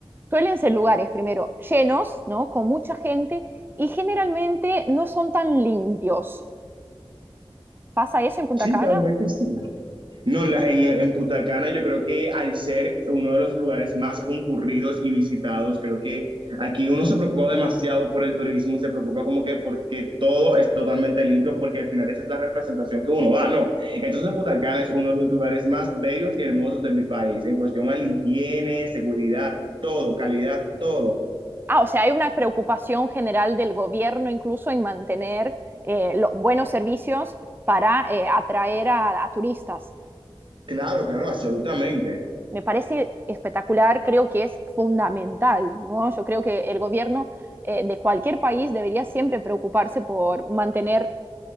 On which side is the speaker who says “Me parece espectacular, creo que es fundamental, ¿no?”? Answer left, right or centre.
Right